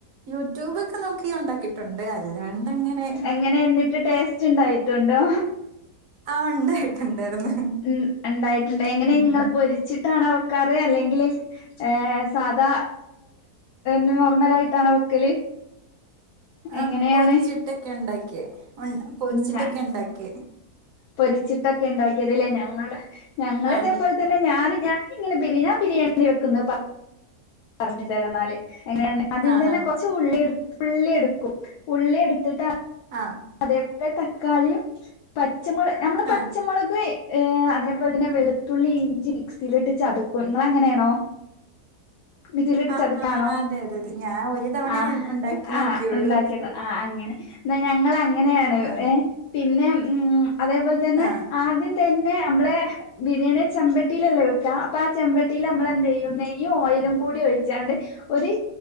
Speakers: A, on the right; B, on the left.
A: യൂട്യൂബ് ഒക്കെ നോക്കി ഉണ്ടാക്കി ട്ടുണ്ട് അല്ലാണ്ടങ്ങനെ
B: എങ്ങനെ എന്നിട്ട് ടേസ്റ്റ് ഉണ്ടായിട്ടുണ്ടോ
A: ആഹ് ഉണ്ടായിട്ടുണ്ടായിരുന്നു
B: ഉം ഒണ്ടായിട്ടുണ്ട് എങ്ങനെങ്ങള്
A: ഉം
B: പൊരി ചിട്ടാണോ വെക്കാറ് അല്ലെങ്കില് ഏഹ് സാധാ നോർമലായിട്ടാണോ വെക്കല്
A: ആഹ്
B: എങ്ങനെയാണ്
A: പൊരിച്ചിട്ടൊക്കെ ഇണ്ടാക്യാ പൊരിച്ചിട്ടൊക്കെ
B: ഞ
A: ഉണ്ടാക്യാ
B: പൊരിച്ചിട്ടൊക്കെ ഉണ്ടാക്കിയത്ത്ല്ലേ ഞങ്ങള് ഞങ്ങള്
A: ആഹ്
B: ഇതേ പോലെ തന്നെ ഞാന് ഞാന് ഇങ്ങനെ ബിരിയാ ബിരിയാണി വെക്കുന്ന പ പറഞ്ഞ് തരന്നാല് എങ്ങനെയ ആദ്യം
A: ആഹാ
B: തന്നെ കൊച്ച് ഉള്ളിട് ഉള്ളിട്ക്കും ഉള്ളി എട്ത്ത്ട്ടാ
A: ആഹ്
B: അതേപോലെ തക്കാളിയും പച്ചമു നമ്മള് പച്ചമുളക്
A: ആഹ്
B: ഏഹ് അതേപോൽ തന്നെ വെളുത്തുള്ളി, ഇഞ്ചി മിക്സിൽയിട്ട് ചതക്കും ഇങ്ങളങ്ങനെണോ? മിക്സിയിലിട്ട്
A: ആഹ്
B: ചതക്കാണോ
A: ആഹ് അതെ അതെ അതെ ഞാൻ ഒരു തവണ
B: ആഹ്
A: ഉ ഉണ്ടാക്കി
B: ആഹ്
A: നോക്കിയുള്ളൂ
B: ഇണ്ടാ ക്യക്ക ആഹ് അങ്ങനെ ന്ന ഞ ങ്ങളങ്ങന്യാണ്
A: ആഹ്
B: എഹ് പിന്നെ ഉം അതേപോൽ തെന്നെ
A: ആഹ്
B: ആദ്യം തന്നെ അമ്മളെ ബിരിയാണി ചെമ്പട്ടിയിലല്ലേ വെക്കാ അപ്പൊ ആ ചെമ്പട്ടിയിലമ്മളെന്തെയ്യും നെയ്യ് ഓയിലും കൂടി ഒഴിച്ചാണ്ട് ഒരു